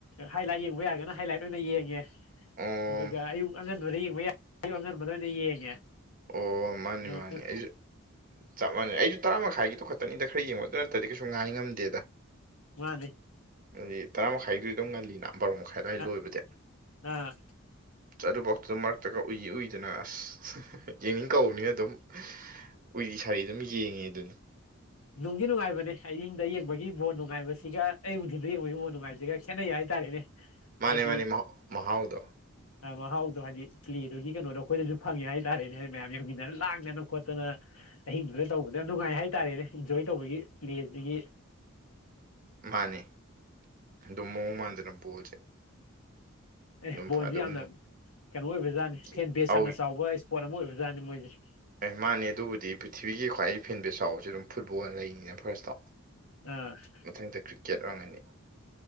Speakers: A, on the left; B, on the right.
A: ꯍꯥꯏ ꯂꯥꯏꯠ ꯌꯦꯡꯕ ꯌꯥꯔꯒꯅ ꯍꯥꯏ ꯂꯥꯏꯠ ꯑꯣꯏꯅ ꯌꯦꯡꯉꯦ
B: ꯑꯣ
A: ꯑꯗꯨꯒ ꯑꯌꯨꯛ ꯑꯉꯟꯕꯗ ꯌꯦꯡꯕ ꯌꯥꯏ ꯑꯌꯨꯛ ꯑꯉꯟꯕꯗ ꯑꯣꯏꯅ ꯌꯦꯡꯉꯦ
B: ꯑꯣ ꯃꯥꯅꯤ
A: ꯑꯗꯨ
B: ꯃꯥꯅꯤ ꯑꯩꯖꯨ ꯆꯞ ꯃꯥꯅꯦ ꯑꯩꯁꯨ ꯇꯔꯥ ꯃꯈꯥꯏꯒꯤꯗꯣ ꯈꯛꯇꯅꯤꯗ ꯈꯔ ꯌꯦꯡꯕ ꯅꯠꯇ꯭ꯔꯗꯤ ꯀꯩꯁꯨ ꯉꯥꯏ ꯉꯝꯗꯦꯗ
A: ꯃꯥꯅꯤ
B: ꯑꯗꯨꯗꯤ ꯇꯔꯥ ꯃꯈꯥꯏꯗꯨ ꯑꯗꯨꯝ ꯉꯜꯂꯤꯅ ꯕꯥꯔꯣ ꯃꯈꯥꯏ ꯑꯗꯨꯋꯥꯏ
A: ꯑ
B: ꯂꯣꯏꯕꯗꯤ
A: ꯑꯥ
B: ꯑꯗꯨꯐꯧ ꯑꯗꯨ ꯃꯔꯛꯇꯒ ꯎꯏ ꯎꯏꯗꯅ ꯑꯁ ꯌꯦꯡꯅꯤꯡ ꯀꯅꯤꯅ ꯑꯗꯨꯝ ꯎꯏꯔꯤ ꯁꯥꯔꯤ ꯑꯗꯨꯝ ꯌꯦꯡꯉꯦ ꯑꯗꯨꯅꯤ
A: ꯅꯨꯡꯒꯤ ꯅꯨꯡꯉꯥꯏꯕꯅꯦ ꯑꯍꯤꯡꯗ ꯌꯦꯡꯕꯒꯤ ꯕꯣꯟ ꯅꯨꯡꯉꯥꯏꯕꯁꯤꯒ ꯑꯩ ꯅꯨꯡꯊꯤꯟꯗ ꯌꯦꯡꯕꯒꯤ ꯕꯣꯟ ꯅꯨꯡꯉꯥꯏꯕꯁꯤꯒ ꯈꯦꯠꯅꯩ ꯍꯥꯏꯇꯥꯔꯦꯅꯦ
B: ꯃꯥꯅꯦ
A: ꯍꯥꯏꯗꯤ
B: ꯃꯥꯅꯦ ꯃꯍꯥꯎ ꯍꯥꯎꯗꯣ
A: ꯃꯍꯥꯎꯗꯣ ꯍꯥꯏꯗꯤ ꯄ꯭ꯂꯦꯗꯨꯒꯤ ꯀꯩꯅꯣꯗꯣ ꯑꯩꯈꯣꯏꯗꯁꯨ ꯐꯪꯉꯦ ꯍꯥꯏꯇꯥꯔꯦꯅꯦ ꯍꯥꯏꯗꯤ ꯃꯌꯥꯝ ꯌꯦꯡꯃꯤꯟꯅꯔ ꯂꯥꯡꯗꯅ ꯈꯣꯠꯇꯅ ꯑꯍꯤꯡꯗꯨꯗ ꯇꯧꯕꯗꯣ ꯌꯥꯝ ꯅꯨꯡꯉꯥꯏ ꯍꯥꯏꯇꯥꯔꯦꯅꯦ ꯏꯟꯖꯣꯏ ꯇꯧꯕꯒꯤ ꯄ꯭ꯂꯦꯁꯤꯒꯤ
B: ꯃꯥꯅꯤ ꯑꯗꯣ ꯃꯋꯣꯡ ꯃꯥꯟꯗꯅ ꯕꯣꯜꯁꯦ
A: ꯑꯦ
B: ꯑꯗꯨꯝ
A: ꯕꯣꯟꯁꯦ
B: ꯐ ꯑꯗꯨꯝ
A: ꯌꯥꯝꯅ ꯀꯩꯅꯣ ꯑꯣꯏꯕꯖꯥꯠꯅꯤ
B: ꯒꯤ-
A: ꯐꯦꯟ ꯕꯦꯁ
B: ꯑꯧ
A: ꯌꯥꯝꯅ ꯆꯥꯎꯕ ꯁꯄꯣꯔꯁ ꯑꯃ ꯑꯣꯏꯕꯖꯥꯠꯅꯤ ꯃꯣꯏꯁꯦ
B: ꯑꯦ ꯃꯥꯅꯦ ꯑꯗꯨꯕꯨꯗꯤ ꯄ꯭ꯔꯤꯊꯤꯕꯤꯒꯤ ꯈ꯭ꯋꯥꯏꯒꯤ ꯐꯦꯟꯕꯦꯁ ꯆꯥꯎꯕꯁꯦ ꯑꯗꯨꯝ ꯐꯨꯠꯕꯣꯜ ꯂꯩꯅꯤꯅꯦ ꯐꯥꯔꯁꯇꯣ
A: ꯑ ꯑꯩꯈꯣꯏ
B: ꯃꯊꯪꯗ ꯀ꯭ꯔꯤꯀꯦꯠ ꯑꯣꯏꯔꯝꯒꯅꯤ